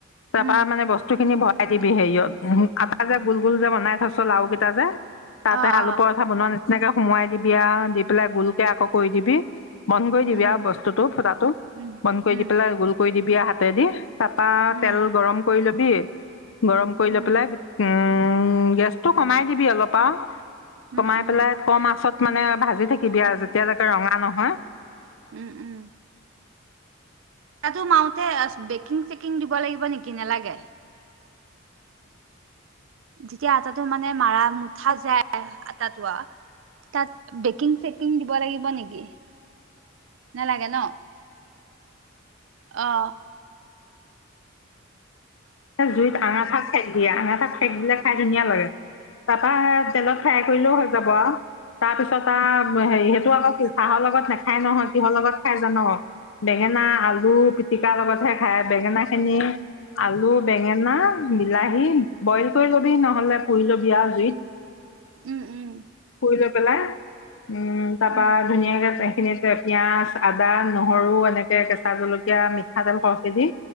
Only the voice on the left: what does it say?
তাৰ
পৰাৰা মানে বস্তু খিনি ভৰাই দিবি হেৰিয়ত কটা যে গোল গোল যে বনাই থৈছো লাও কেইটা যে। তাতে
আলু
পৰঠা বনোৱা নিচিনা এনেকে সোমোৱাই দিবি আৰু দি পেলাই গোলকে আকৌ কৰি দিবি বন্ধ কৰি দিবি
আৰু বস্তুটো ফুটাটো
বন্ধ কৰি
দি পেলাই গোল কৰি দিবি। বিয়া হাতে দি তা পা
তেল গৰম কৰি লৈ দিয়ে গৰম কৰি
লৈ পেলাই উ উম গেছটো কমাই দিবি অলপ। পা কমাই
পেলাই কম আছত, মানে ভাজি থাকিবি আৰু যেতিয়ালৈকে ৰঙা নহয়।
জুইত আঙাঠা হয়ে <unintelligible> আঙাঠাত হেক দিলে খাই ধুনীয়া লাগে তাপা হে তেলত ফ্ৰাই কৰিলেও হয় যাব আও তাৰ পিছত আৰু হেৰি সেইটো আকৌ চাহৰ লগত নাখাই নহয় কিহৰ লগত খাই জান বেঙেনা আলু পিটিকা লগতহে খাই বেঙেনা খিনি আলু বেঙেনা বিলাহী বইল কৰিব নহলে পুৰিলবি আও জুইত
পুৰি লৈ পেলাই উম তাপা
ধুনীয়াকে সেইখিনিত পিঁয়াজ আদা নহৰু এনেকে কেঁচা জলকীয়া মিঠাতেল সৰহকে দি